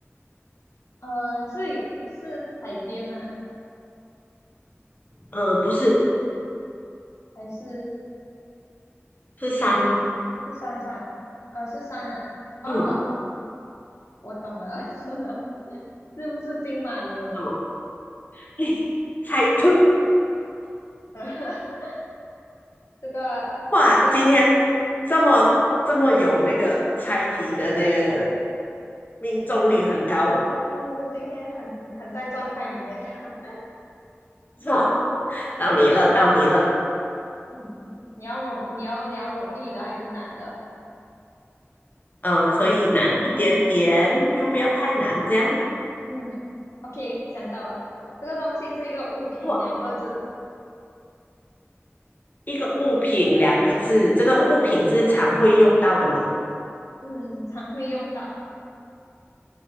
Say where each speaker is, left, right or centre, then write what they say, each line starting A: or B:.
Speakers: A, on the left; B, on the left.
A: 呃，是是海边吗？
B: 呃，不是，
A: 还是
B: 是山，
A: 是山上啊？呃，是山啊。哦，
B: 嗯，
A: 我懂了，<laughs> 是不是金马仑？
B: 什么？<laughs> 猜对了，
A: <laughs> 这个
B: 哇，
A: 没有，
B: 今天
A: 就
B: 这么这么有那个猜题的那个命中率很高，
A: 是是今天很很在状态里面。<laughs>
B: <laughs> 哇，到你了，到你了。
A: 嗯，你要容你要你要容易的还是难的？
B: 呃，可以难一点点，又不要太难，这样。
A: 嗯，OK，想到了，这个东西是一个物品，
B: 不，
A: 两个字，
B: 一个物品两个字，这个物品是常会用到的嘛？
A: 嗯，常会用到。